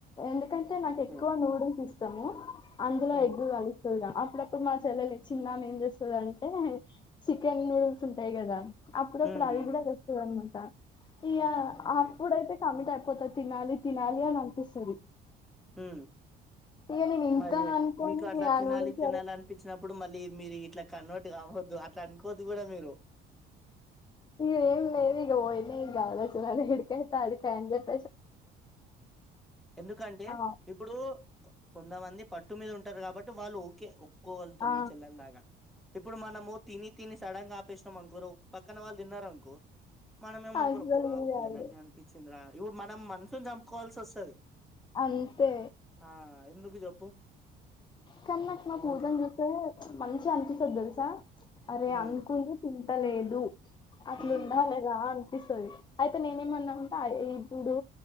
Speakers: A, on the left (about 25°); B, in the centre.
A: ఎందుకంటే నాకు
B: ఓకే
A: ఎక్కువ నూడుల్స్ ఇష్టము అందులో
B: ఉమ్,
A: ఎగ్ కలుస్తది గా అప్పుడప్పుడు మా చిళ్ళేలు చిన్నమే ఏం చేస్తదంటే చికెన్ నూడుల్స్ ఉంటాయి్ కదా అప్పుడప్పుడు
B: ఉమ్,
A: అవి
B: ఉమ్,
A: కూడా తెస్తాదన్నామాట ఇగ
B: ఓకే
A: ఆప్పుడైతే కమిటై పోత తినాలి తినాలి అని అనిపిస్తది
B: మ్
A: ఇగ నేను ఇంత
B: మరి ఇగ
A: అనుకోని
B: మీకు అట్లా
A: ఆ
B: తినాలి
A: నూడిల్స్
B: తినాలి
A: వరకు
B: అనిపిచినప్పుడు ఇప్పుడు మళ్ళీ మీరు ఇట్లా కన్నోట్టు కావద్దు అట్లా అనుకోవద్దు కూడా మీరు
A: ఏంలేదిగా పోయినై ఇగ ఆలోచనలు ఎడికైతే ఆడికే అని చెప్
B: ఎందుకంటే
A: ఆ
B: ఇప్పుడు కొంతమంది పట్టు మీద ఉంటారు కాబట్టి వాళ్ళు ఓకే ఒప్పుకోగలుతాం
A: ఆ
B: మీ చెల్లల్ లాగా ఇప్పుడు మనము తిని తిని సడన్ గా ఆపేసినాం అనుకోరు ఓక్ పక్కన వాళ్ళు తిన్నారనుకో మనం ఏమనుకోా
A: అస్సలు
B: అబ్బా
A: ఇది
B: ఉట్టిగానె
A: కాదు
B: అనిపిచిందిరా ఇప్పుడు మనం మనసుని చంపుకోవాల్సి వస్తది
A: అంతే
B: ఆ ఎందుకు చెప్పు
A: కాని నాకు మా పూర్
B: ఊకే
A: గాడ్ని జూత్తే మంచిగా అనిపిస్తది దెలుసా అరే
B: ఉమ్
A: అనుకుని తింటలేదు అట్లు
B: ఉమ్
A: ఉండాలి గాని ఇస్తది అయితే నేనేమన్నా అంటే అయె ఇప్పుడు